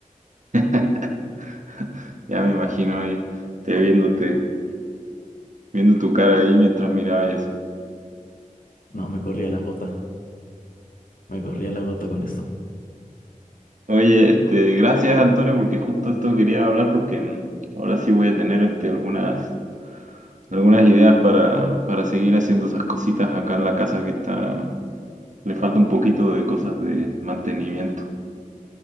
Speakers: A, on the right (about 60°); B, on the left (about 85°).
A: <laughs> Ya me imagino ahí, te viéndote, viendo tu cara ahí mientras miraba eso.
B: No, me corría la gota, me corría la gota con eso.
A: Oye, este, gracias Antonio, porque justo esto quería hablar, porque mm, ahora sí voy a tener este, algunas, algunas ideas para, para seguir haciendo esas cositas acá en la casa que está, le falta un poquito de cosas de mantenimiento.